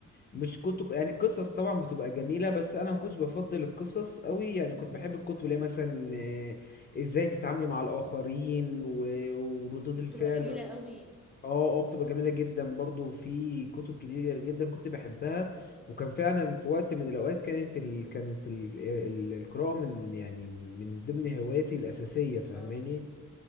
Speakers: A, on the left (about 35°); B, in the centre.
A: مش كتب
B: مم.
A: يعني القصص طبعا بتبقى جميله بس انا ما كنتش بفضل القصص قوي يعني كنت بحب الكتب اللي هي مثلا آه، ازاي تتعاملي مع الاخرين و- وردود
B: دي
A: الفعل
B: بتبقى جميله قوي
A: اه اه بتبقى جميلة جدا برضو في كتب كتير جدا كنت بحبها وكان فعلا في وقت من الأوقات كانت ال... كانت ال... ال... القراءة من يعني من ضمن هواياتي الأساسية فاهماني
B: اه